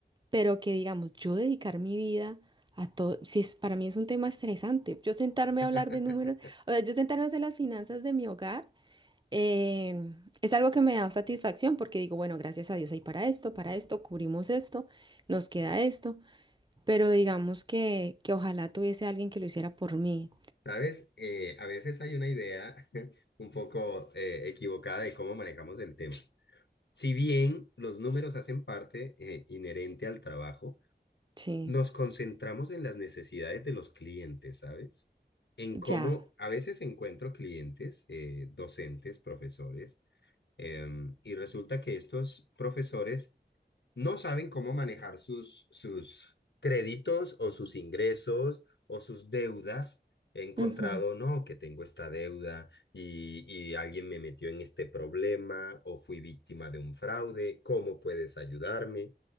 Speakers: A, on the right; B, on the left.
A: pero que digamos, yo dedicar mi vida a todo, si es, para mí es un tema estresante, yo sentarme
B: <laughs>
A: a hablar de números, o sea, yo sentarme a hacer las finanzas de mi hogar, eh, es algo que me da satisfacción porque digo, bueno, gracias a Dios hay para esto, para esto, cubrimos esto, nos queda esto, pero digamos que, que ojalá tuviese alguien que lo hiciera por mí,
B: ¿Sabes? Eh, a veces hay una idea <laughs> un poco eh, equivocada de cómo manejamos el tema. Si bien los números hacen parte eh, inherente al trabajo,
A: sí,
B: nos concentramos en las necesidades de los clientes, ¿sabes? En cómo
A: ya.
B: a veces encuentro clientes, eh, docentes, profesores, em, y resulta que estos profesores no saben cómo manejar sus, sus créditos o sus ingresos o sus deudas. He encontrado,
A: Ujú,
B: no, que tengo esta deuda y, y alguien me metió en este problema o fui víctima de un fraude, ¿cómo puedes ayudarme?